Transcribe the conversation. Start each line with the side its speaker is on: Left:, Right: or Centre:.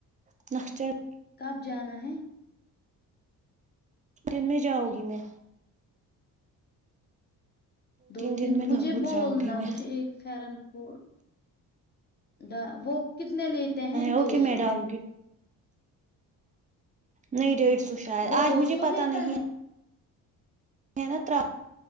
Right: <unintelligible>
Left: کب جانا ہے
Right: جن میں جؤ گی میں
Left: دو تین
Right: دن میں لگ
Left: مجھے
Right: بھگ
Left: بولنا
Right: جاؤں گی میں
Left: مجھے ایک فرن کو دا وہ کتنے لیتے ہیں
Right: اوکے
Left: دو سو
Right: میڈم نہیں ڈیڑھ سو شاید
Left: وہ
Right: آج
Left: دو
Right: مجھے
Left: سو
Right: پت
Left: لیتا
Right: نہیں ہے ہے نا